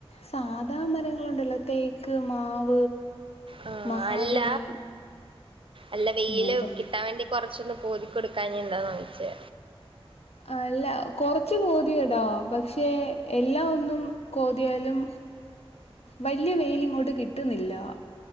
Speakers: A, on the left; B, on the right.
A: സാധാ മരങ്ങള ണ്ടല്ലോ തേക്ക് മാവ്
B: ആ
A: മഹാഗണി
B: അല്ല അല്ല വെയില്
A: ഇങ്ങനത്തെ സ
B: കിട്ടാൻ വേണ്ടി കൊറച്ചൊന്ന് കോതിക്ക കൊടുക്കാഞ്ഞ എന്താന്ന് വെച്ചേ
A: ആല്ല കൊറച്ചു കൊതിയെടാ പക്ഷെ പക്ഷെ എല്ല ഒന്നും കോതിയാലും വല്ല്യ വെയിൽ ഇങ്ങോട്ട് കിട്ടുന്നില്ല